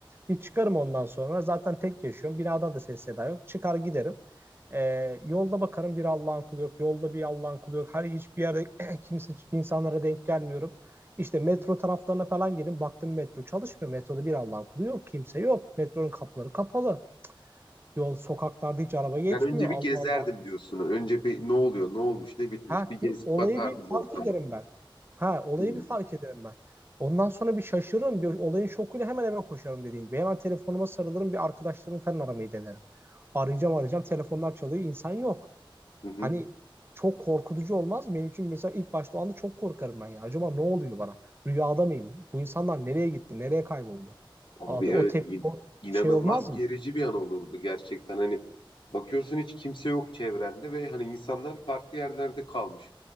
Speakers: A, on the right (about 25°); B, on the left (about 65°).
A: Bir çıkarım ondan sonra. Zaten tek yaşıyorum. Binadan da ses seda yok. Çıkar giderim. Ee, yolda bakarım bir Allah'ın kulu yok. Yolda bir Allah'ın kulu yok. Her hiçbir yerde <clears throat> kimse insanlara denk gelmiyorum. İşte metro taraflarına falan gelin. Baktım metro çalışmıyor. Metroda bir Allah'ın kulu yok. Kimse yok. Metronun kapıları kapalı. Yol sokaklarda hiç araba geçmiyor.
B: Ben önce
A: Allah
B: bir gezerdim
A: Allah.
B: diyorsun. Önce bir ne oluyor, ne olmuş, ne bitmiş
A: Ha
B: bir gezip
A: bir olayı
B: bakardım
A: bir fark
B: ortama.
A: ederim ben. Ha olayı
B: Hı.
A: bir fark ederim ben. Ondan sonra bir şaşırırım. Bir olayın şokuyla hemen eve koşarım dediğim gibi. Hemen telefonuma sarılırım. Bir arkadaşlarımı falan aramayı denerim. Arayacağım arayacağım telefonlar çalıyor insan yok.
B: Hı hı.
A: Hani çok korkutucu olmaz mı? Benim için mesela ilk başta o anda çok korkarım ben ya. Acaba ne oluyor bana? Rüyada mıyım? Bu insanlar nereye gitti? Nereye kayboldu?
B: Abi
A: Artık
B: evet
A: o tep
B: in-
A: o
B: inanılmaz
A: şey olmaz mı?
B: gerici bir an olurdu gerçekten. Hani bakıyorsun hiç kimse yok çevrende ve hani insanlar farklı yerlerde kalmış